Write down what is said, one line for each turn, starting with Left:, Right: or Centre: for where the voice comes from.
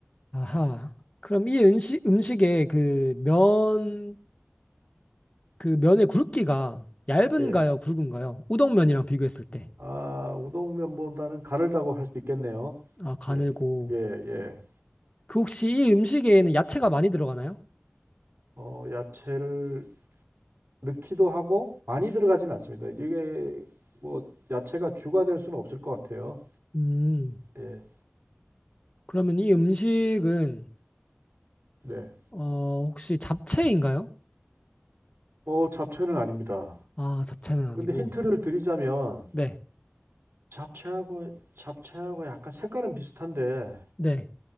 Left: 아하. 그럼 이 음식, 음식의 그 면, 그 면의 굵기가 얇은가요?
Right: 예.
Left: 굵은가요? 우동면이랑 비교했을 때.
Right: 아, 우동면보다는 가늘다고 할 수 있겠네요.
Left: 아, 가늘고.
Right: 예, 예, 예.
Left: 그 혹시 이 음식에는 야채가 많이 들어가나요?
Right: 어, 야채를 넣기도 하고 많이 들어가지는 않습니다. 이게 뭐 야채가 주가 될 수는 없을 것 같아요.
Left: 음,
Right: 예,
Left: 그러면 이 음식은,
Right: 네.
Left: 어, 혹시 잡채인가요?
Right: 어, 잡채는 아닙니다.
Left: 아, 잡채는 아니고.
Right: 근데 힌트를 드리자면
Left: 네,
Right: 잡채하고 잡채하고 약간 색깔은 비슷한데
Left: 네.